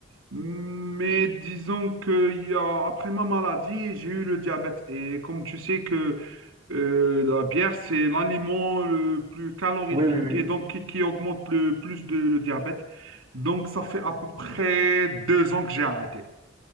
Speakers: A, on the right (about 80°); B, on the right (about 25°).
A: mais disons que il y a- après ma maladie, j'ai eu le diabète. Et comme tu sais que euh, la bière, c'est l'aliment le plus calorifique
B: Oui, oui, oui.
A: et donc qui, qui augmente le plus de, le diabète. Donc ça fait à peu près deux ans que j'ai arrêté.